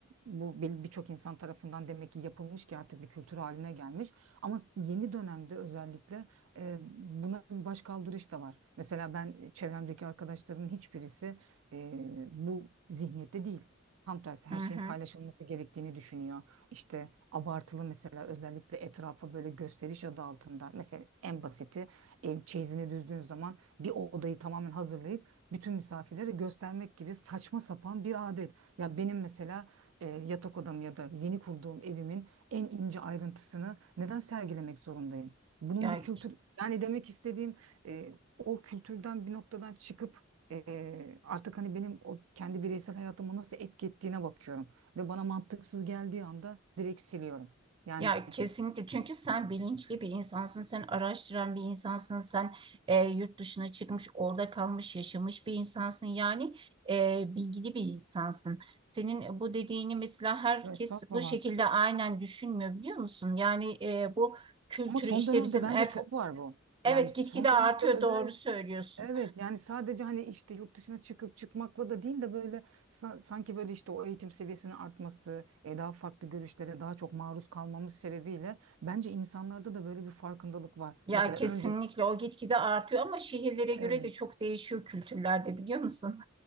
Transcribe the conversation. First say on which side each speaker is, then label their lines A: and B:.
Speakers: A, on the right (about 85°); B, on the right (about 25°).
A: bu bir- birçok insan tarafından demek ki yapılmış ki artık bir kültür haline gelmiş. Ama yeni dönemde özellikle e, buna başkaldırış da var. Mesela ben çevremdeki arkadaşlarımın hiçbirisi e, bu zihniyette değil. Tam tersi her
B: hı hı.
A: şeyin paylaşılması gerektiğini düşünüyor. İşte abartılı mesela özellikle etrafa böyle gösteriş adı altında. Mesela en basiti ev çeyizini düzdüğün zaman bir odayı tamamen hazırlayıp bütün misafirlere göstermek gibi saçma sapan bir adet. Ya benim mesela e, yatak odam ya da yeni kurduğum evimin en ince ayrıntısını neden sergilemek zorundayım? Bunun
B: Ya
A: bir kültür yani demek istediğim e, o kültürden bir noktadan çıkıp e, artık hani benim o kendi bireysel hayatıma nasıl etki ettiğine bakıyorum. Ve bana mantıksız geldiği anda direkt siliyorum. Yani
B: Ya kesinlikle çünkü sen bilinçli bir insansın, sen araştıran bir insansın, sen e, yurt dışına çıkmış, orada kalmış, yaşamış bir insansın. Yani e, bilgili bir insansın. Senin bu dediğini mesela herkes
A: e, estağfurullah.
B: bu şekilde aynen düşünmüyor biliyor musun? Yani e, bu kültürü
A: Ama son
B: işte
A: dönemde
B: bizim
A: bence
B: ev,
A: çok var bu.
B: evet
A: Yani son
B: gitgide
A: dönemde
B: artıyor
A: özellikle
B: doğru söylüyorsun.
A: Evet yani sadece hani işte yurt dışına çıkıp çıkmakla da değil de böyle sa- sanki böyle işte o eğitim seviyesinin artması, e, daha farklı görüşlere daha çok maruz kalmamız sebebiyle bence insanlarda da böyle bir farkındalık var.
B: Ya
A: Mesela
B: kesinlikle
A: önce
B: o gitgide artıyor ama şehirlere göre
A: evet.
B: de çok değişiyor kültürlerde biliyor musun?